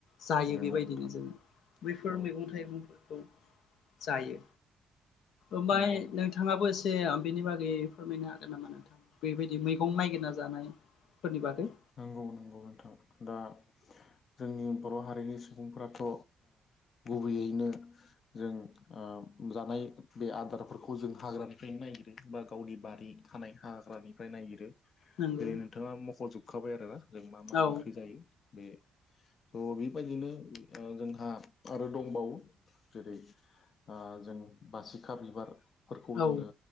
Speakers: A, on the left; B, on the left.
A: जायो
B: नंगौ
A: बेबायदिनो
B: नोंथां
A: जोङो। बेैफोर
B: औ
A: मैगं थाइगंफोरखौ जायो, ओमाय
B: नंगौ
A: नोंथां थाङाबो एसे बेनि बागै फोरमायनो हागोन नामा नोंथां? बेबायदि मैगं नायगिरना जानाय। फोरनि बागै
B: नंगौ नंगौ नोंथां, दा जोंनि बर' हारिनि सुबुंफोराथ' गुबैयैनो जों जानाय बे आदारफोरखौ जों हाग्रानिफ्रायनो नागिरो बा गावनि बारि थानाय हाग्रानिफ्राय नायगिरो
A: नंगौ
B: जेरै नोंथाङा मख'जोबखाबाय आरो ना। जों मा मा
A: औ
B: ओंख्रि जायो बे त' बेबायदिनो ओ जोंहा आरो दंबावो जेरै ओ जों बासिखा बिबार फोरखौ
A: औ
B: जोङो